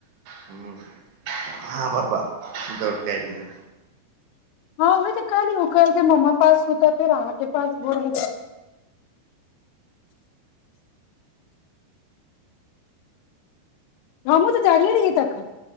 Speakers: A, on the right (about 80°); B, on the left (about 85°).
A: ह हँ पापा दौड़ के आइब गेलै
B: हँ ओह तऽ कहली करलके ममा पास सुतब फेर अहाँके पास भोर मे देखलियै हमू तऽ जागले रहियै तखन